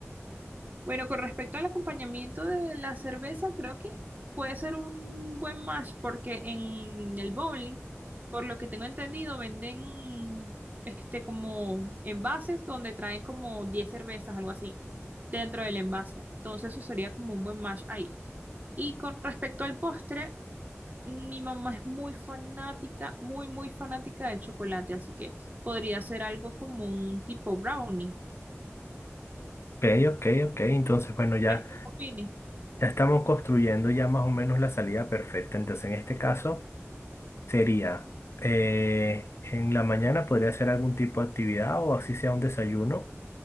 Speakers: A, on the right (about 35°); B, on the left (about 60°).
A: Bueno, con respecto al acompañamiento de la cerveza, creo que puede ser un buen match porque en el bowling, por lo que tengo entendido, venden este como envases donde traen como 10 cervezas, algo así, dentro del envase. Entonces eso sería como un buen match ahí. Y con respecto al postre, Mi mamá es muy fanática, muy, muy fanática del chocolate, así que podría ser algo como un tipo brownie.
B: Ok, ok, ok, entonces bueno, ya,
A: Este combine.
B: ya estamos construyendo ya más o menos la salida perfecta, entonces en este caso sería, eh, en la mañana podría ser algún tipo de actividad o así sea un desayuno